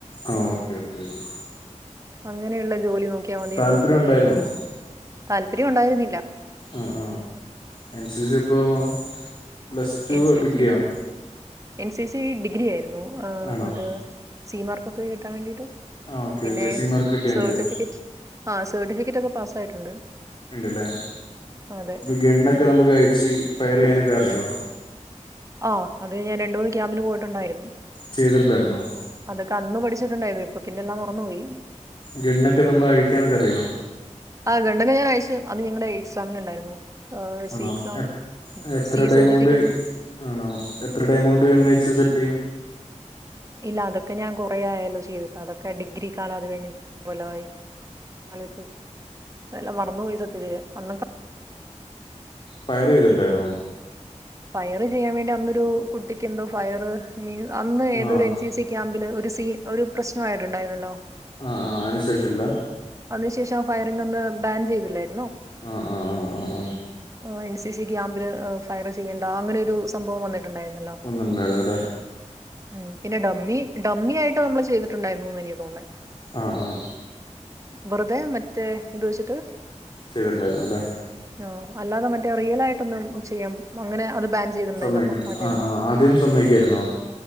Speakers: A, on the left (about 40°); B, on the right (about 25°).
A: ആഹ് ഓക്കെ ഓക്കെ ഓക്കെ
B: അങ്ങനെയുള്ള ജോലി നോക്കിയാ മതീന്ന്
A: താല്പര്യം
B: പർഞ്ഞിട്ട്
A: ഉണ്ടായിരുന്നോ
B: പിന്നെ താല്പര്യം ഉണ്ടായിരുന്നില്ല
A: ആഹ് ആഹ് എൻ സി സി ഇപ്പോ plus two
B: N C
A: ഡിഗ്രിയാ
B: C എൻ സി സി ഡിഗ്രി ആയിരുന്നു
A: ആണോ
B: അത് സി മാർക്ക്ക്കെ കിട്ടാൻ വേണ്ടിട്ട്
A: ആഹ് ഓക്കെ
B: പിന്നെ
A: ഓക്കെ സി മാർക്ക് കിട്ടിയിട്ടുണ്ട്
B: സർട്ടിഫിക്കറ്റ് ആ സർട്ടിഫിക്കറ്റ് ഒക്കെ പാസ്സായിട്ടുണ്ട്
A: ഇണ്ടല്ലേ
B: അതെ
A: ഇപ്പൊ ഗണ്ണൊക്കെ
B: ഈ-
A: നമുക്ക് അയച്ച് ഫയർ ചെയ്യാനൊക്കെ അറിയോ?
B: ആഹ് അത് ഞാൻ രണ്ട് മൂന്ന് ക്യാമ്പിന് പോയിട്ടുണ്ടായിരുന്നു
A: ചെയ്തിട്ടുണ്ടായിരുന്നോ?
B: അതൊക്കെ അന്ന് പഠിച്ചിട്ടുണ്ടായിരുന്നു ഇപ്പൊ പിന്നെല്ലാം മറന്നുപോയി
A: ഗെണ്ണൊക്കെ നമ്മള് അഴിക്കാനൊക്കെ അറിയോ?
B: ആഹ് ഗണ്ണക്കെ ഞാനഴിച്ച് അത് ഞങ്ങടെ എക്സാമിനുണ്ടായിരുന്നു ആഹ് സി
A: ആണോ
B: എക്സാമ്
A: എത്ര
B: സി
A: ടൈം
B: സർട്ടിഫിക്കറ്റ്
A: കൊണ്ട് ആണോ എത്ര ടൈമോണ്ട് ഗണ്ണഴിച്ച് സെറ്റ് ചെയ്യും?
B: ഇല്ല അതൊക്കെ ഞാൻ കുറെേ ആയല്ലോ ചെയ്തിട്ട് അതൊക്കെ ഡിഗ്രി ക്കാല അത് കഴിഞ്ഞിട്ട് എത്ര കൊല്ലവായി <unintelligible> ഇപ്പെല്ലാം മറന്നു പോയി സത്യത്തില് അന്നൊക്കെ
A: ഫയർ ചെയ്തിട്ട്ണ്ടായിരുന്നോ?
B: ഫയർ ചെയ്യാൻ വേണ്ടി അന്നൊരു കുട്ടിക്ക് എന്തോ ഫയർ മീൻസ് അന്ന് ഏതോ
A: ആഹ്
B: ഒരു എൻ സി സി ക്യാമ്പില് ഒരു സീൻ ഒരു പ്രശ്നവായിട്ടുണ്ടായിരന്നല്ലോ?
A: ആഹ് ആഹ് അയിനു ശേഷവില്ല
B: അതിനുശേഷം ആ ഫയറിംങ്ങൊന്ന് ബാൻ ചെയ്തില്ലായിരുന്നോ
A: ആഹ് ആഹ് ആഹ് ആഹ്
B: ഓ എൻ സി സി ക്യാമ്പില് ഫയർ ചെയ്യേണ്ട അങ്ങനെ ഒരു സംഭവം വന്നിട്ടുണ്ടായിരുന്നല്ലോ?
A: വന്ന്ണ്ടായിരുന്നു ല്ലേ?
B: ഉം പിന്നെ ഡമ്മി ഡമ്മി ആയിട്ട് നമ്മള് ചെയ്തിട്ടുണ്ടായിരുന്നുന്ന് എനിക്ക് തോന്നുന്നെ
A: ആഹ് ആഹ്
B: വെറ്തെ മറ്റേ ഇത് വെച്ചിട്ട്
A: ചെയ്തിട്ട്ണ്ടായിരുന്നു ല്ലേ?
B: ആഹ് അല്ലാതെ മറ്റേ റിയലായിട്ടൊന്നും ചെയ്യാം പ അങ്ങനെ അത് ബാൻ ചെയ്തിട്ട്ണ്ടായിരുന്നു
A: സമ്മതിക്കില്ല
B: അപ്പ ആ ടൈമില്
A: ആഹ് ആഹ് ആദ്യം സമ്മതിക്കായിരുന്നോ